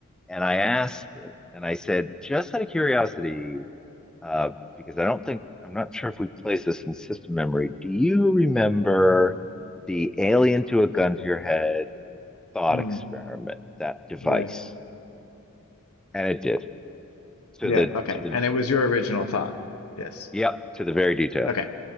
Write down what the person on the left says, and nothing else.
mm
mm.
right
yeah
okay
and it was your original thought yes
okay